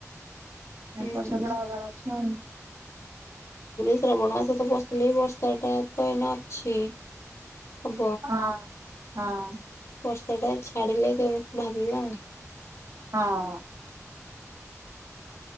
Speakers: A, on the right; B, on the left.
A: ଏ
B: ହୁଁ।
A: ବର୍ଷ, ଗୁଡ଼ା ହବାର ଅଛି ଆଉ।
B: ଶ୍ରାବଣ ମାସ------ସିଲେ ବର୍ଷାଟା ତ ଏଇନା ଅଛି। ହବ
A: ହଁ ହଁ
B: ବର୍ଷାଟା ଛାଡ଼ିଲେ ଭାବିବା ଆଉ।
A: <inaudible>